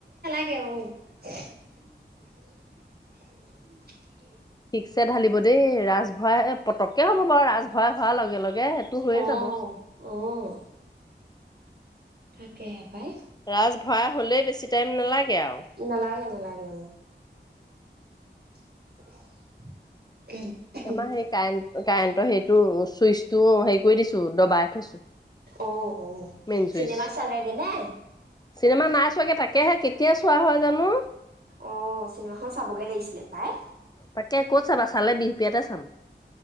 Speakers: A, on the right; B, on the left.
A: <unintelligible>
B: ঠিকছে ঢালিব দেই ৰাজ হয় এ পটককে হ'ব বাৰু ৰাজ ভৰাই হোৱাৰ লগে লগে সেইটো হৈয়ে
A: অঁ
B: যাব
A: অঁ। তাকেহে। পাই
B: ৰাজ <unintelligible> হ'লে বেছি টাইম নালাগে আৰু
A: নালাগে নালাগে। <unintelligible>
B: আমাৰ সেই কাৰেণ্ট কাৰেণ্টৰ সেইটো চুইচ টো হেৰি কৰি দিছো দবাই। থৈছো
A: অঁ, অ'
B: মেইন চুইচ
A: চিনেমা চালেগে নে।
B: চিনেমা নাই চোৱাগে তাকেহে কেতিয়া চোৱা হয়। জানো
A: অঁ চিনেমাখন চাবগে লাগিছিলে। পাই।
B: তাকে ক'ত চাবা চালে বিহপিয়াতে চাম।